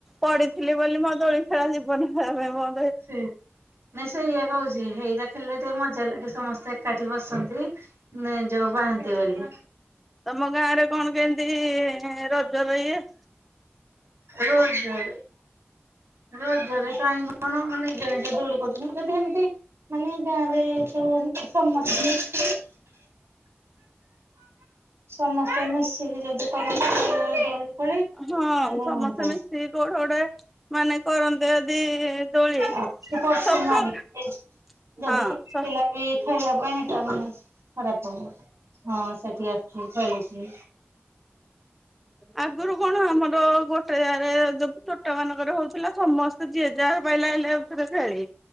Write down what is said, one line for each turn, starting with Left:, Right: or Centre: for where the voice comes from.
Centre: ପଢଥିଲି ବୋଲି ମୋ ଦୋଳି ଖେଳା ଜୀବନି ଖରାପ ହବ
Right: ସେ ନାଇଁ ସେ ଏଇଆ କହୁଛି ହେଇରା ଖେଳିଲେ ଟିକେ ମଜା ଲାଗେ ସମସ୍ତେ ଏକାଠି ବସନ୍ତି। ନାଇଁ ଯୋଉ ବହାନ୍ତି ବୋଲି।
Centre: ତମ ଗାଁ ରେ କଣ କେମିତି ରଜର ଇଏ?
Right: ରଜରେ। ରଜରେ କାଇଁ କଣ ନିଜେ ନିଜେ ଦୋଳି କରୁଛନ୍ତି ଯି ସେମିତି ମାନେ ଗାଁ ରେ ଯୋଉ ସମସ୍ତିଙ୍କି ସମସ୍ତେ ମିଶିକି ଯଦି କରନ୍ତେ ଦୋଳି ଫୋଳି ତାହେଲେ
Centre: ହଁ ସମସ୍ତେ
Right: ହୁଅନ୍ତା।
Centre: ମିଶିକି କୋଉଠେ ଗୋଟେ ମାନେ କରନ୍ତେ ଯଦି ଦୋଳି
Right: <unintelligible> ଯଦି
Centre: ସବୁ ପ୍ରକା
Right: କି ବି ଖେଳିବା
Centre: ହଁ ସ
Right: ପାଇଁ ସେଇଟା ମାନେ ଖରାପ ହବ। ହଁ ସେଠି ଆସୁଛି ଚଳିଛି।
Centre: ଆଗରୁ କଣ ଆମର ଗୋ ସେୟାର ଯ ତୋଟା ମାନଙ୍କର ହଉଥିଲା ସମସ୍ତେ ଯିଏ ଯା ପାଇଲା ହେଲେ ଯାଉଥିଲେ ଖେଳି।